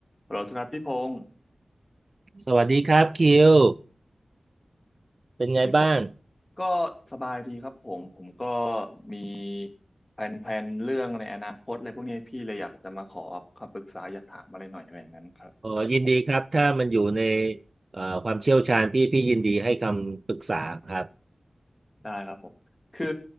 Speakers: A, on the left (about 30°); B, on the right (about 45°).
A: ฮัลโหลครับพี่พงศ์
B: สวัสดีครับคิวเป็นไงบ้าง
A: พี่พงศ์ก็สบายดีครับผมผมก็มีแผนๆเรื่องในอนาคตอะไรพวกนี้พี่เลยอยากจะมาขอคำปรึกษาอยากถามอะไรหน่อยอะไรอย่างนั้นครับ
B: อ๋อยินดีครับถ้ามันอยู่ในเอ่อความเชี่ยวชาญพี่พี่ยินดีให้คำปรึกษาครับ
A: ได้ครับผมคือ